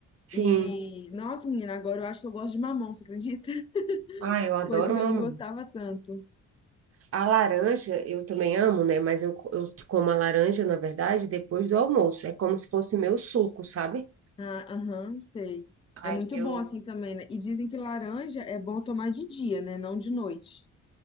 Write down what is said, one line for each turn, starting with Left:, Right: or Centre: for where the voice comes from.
Right: Sim.
Left: E, nossa, menina, agora eu acho que eu gosto de mamão, você acredita? <laughs>
Right: Ah, eu adoro
Left: Coisa que
Right: mamão.
Left: eu não gostava tanto.
Right: A laranja eu também amo, né? Mas eu, co- eu como a laranja, na verdade, depois do almoço. É como se fosse meu suco, sabe?
Left: Ah, Aham, sei.
Right: Aí
Left: É muito
Right: eu
Left: bom assim também, né? E dizem que laranja
Right: é,
Left: é bom tomar de dia, né? Não de noite.